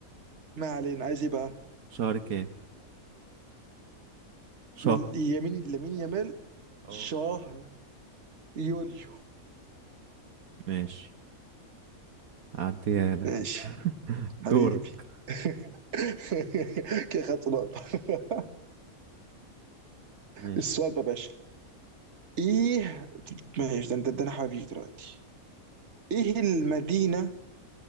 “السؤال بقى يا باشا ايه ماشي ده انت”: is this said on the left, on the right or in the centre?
Right